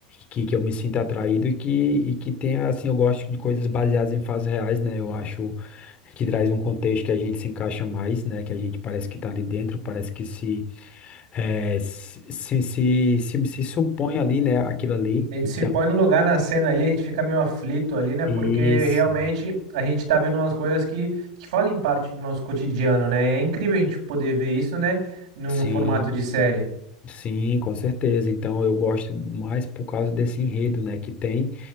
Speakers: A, on the left (about 35°); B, on the right (about 75°).
A: Que, que eu me sinta atraído e que, e que tenha, assim, eu gosto de coisas baseadas em fatos reais, né? Eu acho que traz um contexto que a gente se encaixa mais, né? Que a gente parece que tá ali dentro, parece que se, eh, se, se, se, se, se supõe ali, né? Aquilo ali.
B: A gente
A: Então.
B: se põe no lugar na cena ali, a gente fica meio aflito ali, né? Porque
A: Isso,
B: realmente a gente tá vendo umas coisas que, que fazem parte do nosso cotidiano, né? É incrível a gente poder ver isso, né? Num,
A: sim,
B: num formato de série.
A: sim, com certeza. Então eu gosto mais por causa desse enredo, né, que tem